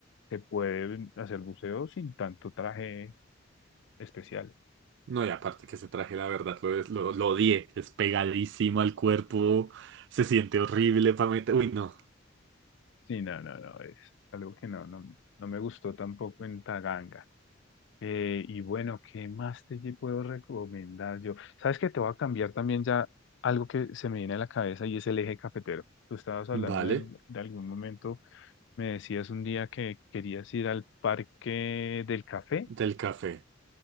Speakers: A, on the left (about 65°); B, on the right (about 65°).
A: se puede hacer buceo sin tanto traje especial.
B: no, y aparte que ese traje, la verdad, lo, es- lo, lo odié. Es pegadísimo al cuerpo, se siente horrible para meter. Uy, no.
A: Sí, no, no, no, es algo que no, no, no me gustó tampoco en Taganga. Eh, y bueno, ¿qué más te lle- puedo recomendar yo? Sabes que te voy a cambiar también ya algo que se me viene a la cabeza y es el eje cafetero. Tú estabas hablando
B: Vale,
A: del- de algún momento, me decías un día que querías ir al parque del café.
B: del café.